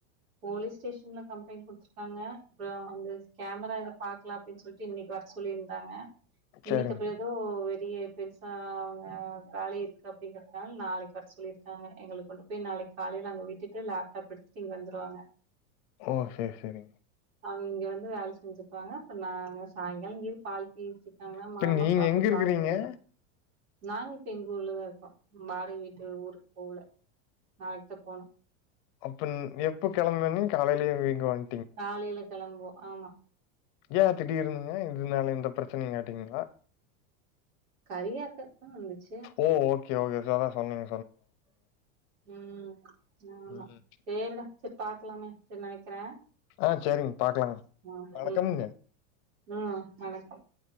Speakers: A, on the right; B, on the left.
A: போலீஸ் ஸ்டேஷன்ல கம்ப்ளைண்டட் குடுத்துருக்கங்க அப்பறோ அந்த ஸ் கேமரால பாக்கலா அப்டின் சொல்லிட்டு இன்னைக்கு வர சொல்லிரு தாங்க இன்னிக்கு
B: சேரிங்
A: அ ப்பறோ எதோ பெ பெருசா அவங்க வேலை இருக்கு அப்படிங்கறதுனால நாளைக்கு வர சொல்லிருக்காங்க எங்களுக்கு பேய் நாளைக் காலையில அங்க விட்டுட்டு லேப்டாப் எடுத்துட்டு இங்க வந்துருவாங்க
B: ஓ சேர் செரிங்க
A: அவங் இங்க வந்து வேல செஞ்சுபாங்க இப்ப நாங்க சாயங்கால இரு பால் தீச்சுட்டாங்க
B: இப்ப
A: மாமா
B: நீங்க
A: பாப்பா
B: எங்க இருக்குறீங்க
A: பால் கொண்டுவரு நாங்க இப்ப எங்க ஊர்லதா இருக்கோ வாடகை வீட்டு ஊரு ஊருல நாளைக்த்தா போனு
B: அப்பன் நி எப்ப கிளம்புவ நீ காலையிலயே வீங்குவாங்
A: காலையில கெளம்பு ஆமா
B: ஏ திடீர்னு இதனால எந்த பிரச்சனையு காட்டீங்களா
A: கரியாத்த ஃபோனு வந்துச்சு
B: ஓ! ஓகே ஓகே சோ அதா சொன்னீங்
A: உம் ஆமா
B: ம்.
A: சரிட சரி பாக்கலாமே சரி நா வைக்கிறே
B: ஆ, சரிங்க பாக்கலாங்க.
A: ஆஹ்
B: வணக்கம்ங்க.
A: உம் உம் வணக்க